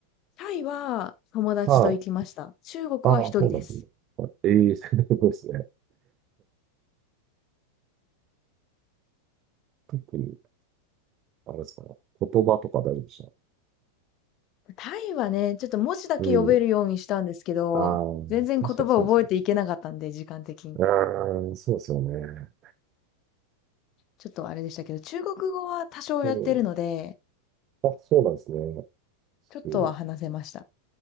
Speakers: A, on the left (about 35°); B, on the right (about 35°).
A: タイは友達と行きました。
B: かはい。
A: 中国は一人です。
B: ああ、そうなんですね。はいええ、<laughs> すごいですね。特に、あれですかね。言葉とか大丈夫でした。
A: タイはね、ちょっと文字だけ読めるようにしたんですけど、
B: うんああ、
A: 全然言葉を覚えていけなかったんで、
B: 確かにそうですよね。
A: 時間的に。
B: うーん、そうですよね。
A: ちょっとあれでしたけど、中国語は多少やってるので、
B: うん、あ、そうなんですね。
A: ちょっとは話せました。
B: そう